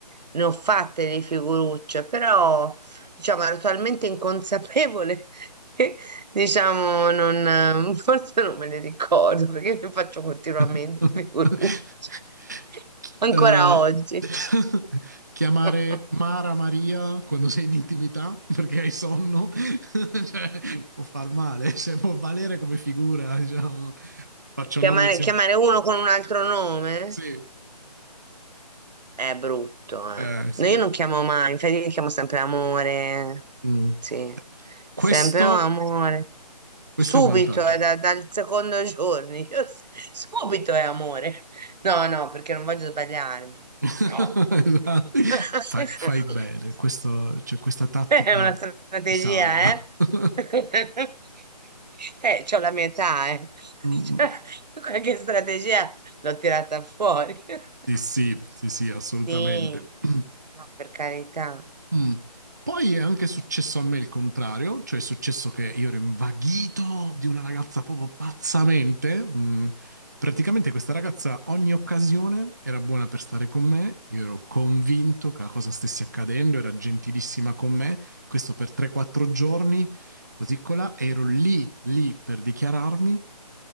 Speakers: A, on the right; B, on the right.
A: ne ho fatte di figurucce, però diciamo ero talmente inconsapevole <laughs> che diciamo non, <laughs> forse non me le ricordo perché ne faccio continuamente
B: <laughs>
A: figurucce, <laughs>
B: Chi-
A: ancora
B: eh,
A: oggi.
B: <laughs> chiamare
A: <laughs>
B: Mara Maria quando sei in intimità perché hai sonno, <laughs> cioè, può far male, cioè, può valere come figura, diciamo. Faccio
A: Chiamare,
B: nomi esemplici.
A: chiamare uno con un altro nome?
B: Sì,
A: È brutto, eh.
B: eh, sì.
A: No, Io non chiamo mai, infatti io chiamo sempre amore.
B: Mm.
A: Sì,
B: Questo,
A: sempre "Oh, amore.
B: questo
A: Subito,
B: è un vantaggio.
A: è da- dal secondo giorno. <laughs> Io s- subito è amore. No, no, perché non voglio sbagliarmi.
B: <laughs>
A: No. <laughs>
B: fai, fai bene, questo, cioè, questa tattica
A: È una strategia,
B: ti salva. <laughs>
A: eh? <laughs> Eh, c'ho la mia età, eh. <laughs>
B: Mm.
A: Cioè, qualche strategia l'ho tirata fuori. <laughs>
B: Sì, sì, sì, sì, assolutamente.
A: Sì,
B: <clears throat>
A: ma per carità.
B: Mm. Poi è anche successo a me il contrario, cioè è successo che io ero invaghito di una ragazza proprio pazzamente. Mm. Praticamente questa ragazza ogni occasione era buona per stare con me, io ero convinto che la cosa stesse accadendo, era gentilissima con me, questo per 3-4 giorni, così colà, ero lì, lì per dichiararmi